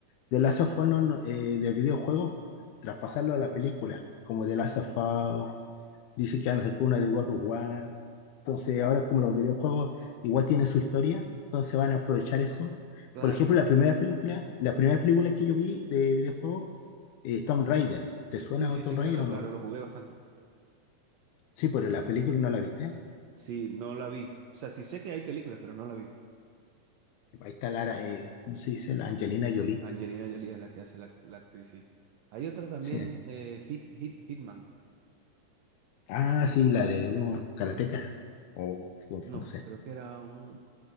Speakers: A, on the left (about 85°); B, on the right (about 75°).
A: The Last of Us no, no, eh, de videojuegos, traspasarlo a la película. Como The Last of Us. Dice que han sacado una de God of War. Entonces, ahora como los videojuegos igual tienen su historia, entonces van a aprovechar eso.
B: Claro.
A: Por ejemplo, la primera película, la primera película que yo vi de videojuego es Tomb Raider. ¿Te suena
B: Sí, sí,
A: Tomb
B: sí, claro,
A: Raider o
B: claro,
A: no?
B: lo jugué bastante.
A: Sí, pero la película no la viste.
B: Sí, no la vi. O sea, sí sé que hay películas, pero no la vi.
A: Ahí está Lara, eh, ¿cómo se dice? La Angelina Jolie.
B: Angelina Jolie es la que hace la, act- la actriz, sí. Hay otra también,
A: Sí.
B: eh, Hit, Hit, Hitman.
A: Ah, sí, la de uno karateca. O o
B: No,
A: no sé.
B: creo que era un,